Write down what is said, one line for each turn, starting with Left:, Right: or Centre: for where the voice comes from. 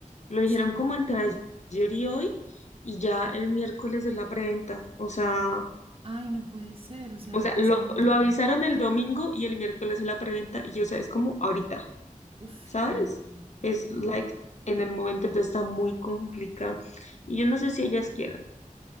Left: lo dijeron
Right: sí,
Left: como entre ayer y hoy, y ya el miércoles es la preventa. O sea,
Right: ay, no puede ser, o sea,
Left: o sea,
Right: pasado
Left: lo,
Right: mañana.
Left: lo avisaron el domingo y el miércoles es la preventa, y o sea, es como ahorita,
Right: Uf,
Left: ¿sabes?
Right: sí, no.
Left: Es like en el momento, entonces está muy complicado. Y yo no sé si ellas quieran,